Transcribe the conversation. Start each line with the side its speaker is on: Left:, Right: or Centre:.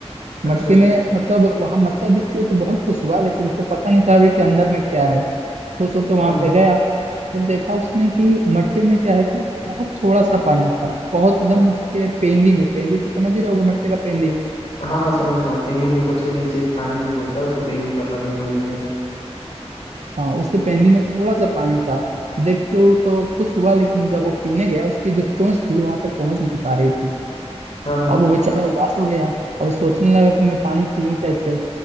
Left: अच्छा
Right: मटके में मतलब वहां मटका देख के वो तो बहुत खुश हुआ लेकिन उसको पता नहीं था अभी कि अंदर में क्या है खुश होके वहां
Left: हाँ
Right: पे
Left: हाँ
Right: गया फिर देखा उसने कि मटके में क्या है कि बहुत थोड़ा सा पानी था बहुत एकदम उसके पेंदी में पेंदी तो समझ ही रहे होगे मटके का पेंदी
Left: हाँ हाँ समझ रहा हूँ पेनी जो सबसे नीचे पानी जो होता है उसको पेनी का पानी बोलते हैं
Right: हाँ उसके पेंदी में थोड़ा सा पानी था देख के वो तो खुश हुआ लेकिन जब वो पीने गया उसकी जो चोंच थी वहां तक पहुंच नहीं पा रही थी
Left: हाँ हाँ
Right: अब वो बेचारा उदास हो गया अब सोचने लगा कि मैं पानी पीऊं कैसे